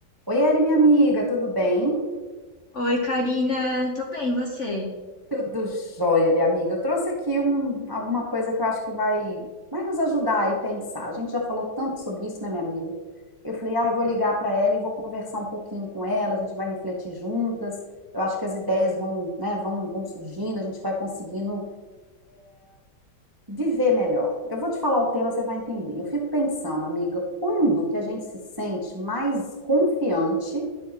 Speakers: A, on the right; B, on the left.
A: Oi, Eli, minha amiga, tudo bem?
B: Oi, Karina, tô bem, e você?
A: Tudo jóia, minha amiga. Eu trouxe aqui um- alguma coisa que eu acho que vai, vai nos ajudar aí a pensar. A gente já falou tanto sobre isso, né, minha amiga? Eu falei, ah, eu vou ligar para ela e vou conversar um pouquinho com ela, a gente vai refletir juntas. Eu acho que as ideias vão, né, vão, vão surgindo, a gente vai conseguindo viver melhor. Eu vou te falar o tema, você vai entender. Eu fico pensando, amiga, quando que a gente se sente mais confiante?